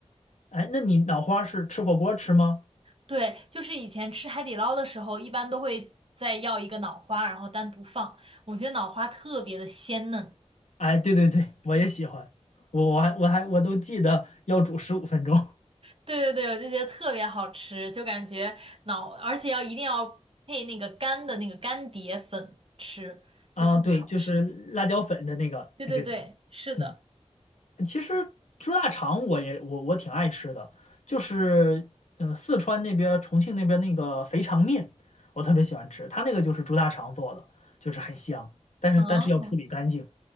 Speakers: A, on the left; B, on the right.
A: 哎，那你脑花是吃火锅吃吗？
B: 对，就是以前吃海底捞的时候，一般都会再要一个脑花，然后单独放。我觉得脑花特别的鲜嫩，
A: 哎，对对对，我也喜欢，我我还我还我都记得要煮十五分钟 <laughs>
B: 对对对，我就觉得特别好吃，就感觉脑，而且要一定要配那个干的那个干碟粉吃，就特别好吃。
A: 啊。对，就是辣椒粉的那个那个底。
B: 对对对，是的。
A: 嗯，其实猪大肠我也我我挺爱吃的，就是嗯四川那边儿重庆那边儿那个肥肠面，我特别喜欢吃，它那个就是猪大肠做的，就是很香，但是但是要处理干净。
B: 哦